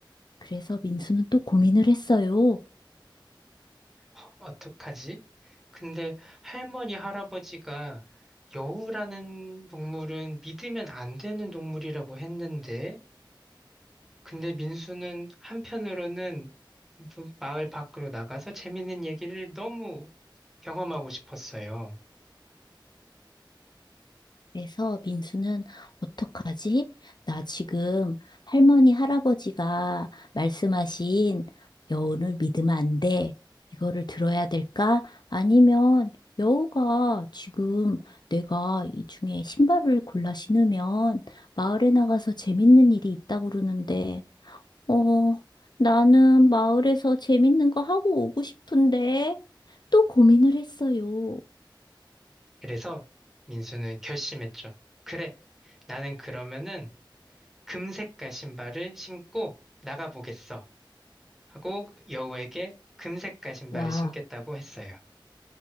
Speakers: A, on the left; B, in the centre.
A: 그래서 민수는 또 고민을 했어요.
B: 허, 어떡하지? 근데 할머니, 할아버지가 여우라는 동물은 믿으면 안 되는 동물이라고 했는데, 근데 민수는 한편으로는 마을 밖으로 나가서 재밌는 얘기를 너무 경험하고 싶었어요.
A: 그래서 민수는 어떡하지? 나 지금 할머니, 할아버지가 말씀하신 여운을 믿으면 안 돼. 이거를 들어야 될까? 아니면 여우가 지금 내가 이 중에 신발을 골라 신으면 마을에 나가서 재밌는 일이 있다고 그러는데, 어, 나는 마을에서 재밌는 거 하고 오고 싶은데 또 고민을 했어요.
B: 그래서 민수는 결심했죠. 그래, 나는 그러면은 금색깔 신발을 신고 나가보겠어. 하고 여우에게 금색깔 신발을
A: 와.
B: 신겠다고 했어요.